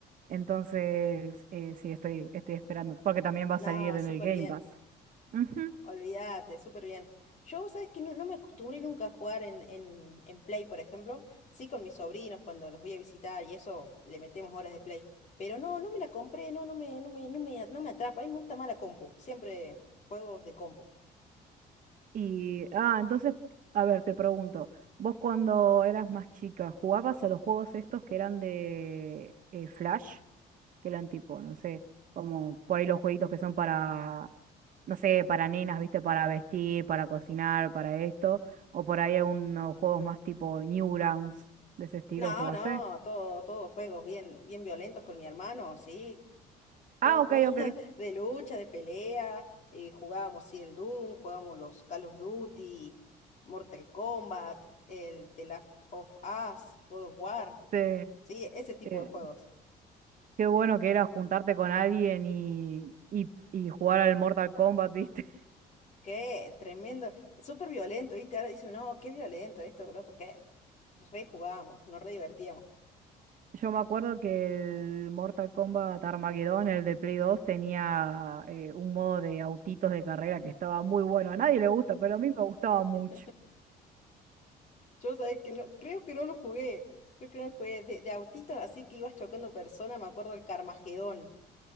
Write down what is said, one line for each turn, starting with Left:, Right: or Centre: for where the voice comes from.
Right: Entonces, eh, sí, estoy, estoy esperando, porque también va
Left: No,
Right: a salir en
Left: súper
Right: el Game
Left: bien.
Right: Pass. Ujú.
Left: Olvídate, súper bien. Yo, vos sabés que no, no me acostumbré nunca a jugar en, en, en Play, por ejemplo. Sí, con mis sobrinos cuando los voy a visitar y eso, le metemos horas de Play. Pero no, no me la compré, no, no me, no me, no me, no me atrapa. A mí me gusta más la compu. Siempre juegos de compu.
Right: Y, ah, entonces, a ver, te pregunto, vos cuando eras más chica, ¿jugabas a los juegos estos que eran de eh, Flash? Que eran tipo, no sé, como por ahí los jueguitos que son para, no sé, para nenas, viste, para vestir, para cocinar, para esto, o por ahí algunos juegos más tipo Newgrounds, de ese estilo,
Left: No,
Right: ¿jugaste?
Left: no, todo, todos juegos bien, bien violentos con mi hermano, sí, todo
Right: Ah,
Left: juego
Right: ok,
Left: <laughs>
Right: ok.
Left: de lucha, de pelea, eh, jugábamos sí, el Doom, jugábamos los Call of Duty, Mortal Kombat, el The Last of Us, God of War,
Right: Te-
Left: sí, ese tipo
Right: eh,
Left: de juegos.
Right: qué bueno que era juntarte con alguien y, y, y jugar al Mortal Kombat, viste.
Left: Qué tremendo, súper violento, ¿viste? Ahora dicen, no, qué violento esto, que lo otro, qué. Re jugábamos, nos re divertíamos.
Right: Yo me acuerdo que el Mortal Kombat Armageddon, el de Play 2 tenía eh, un modo de autitos de carrera que estaba muy bueno. A nadie le gusta, pero a mí me gustaba mucho.
Left: <laughs> Yo sabés que no, creo que no lo jugué, creo que no lo jugué, de, de autitos así que ibas chocando personas, me acuerdo del Carmagedón.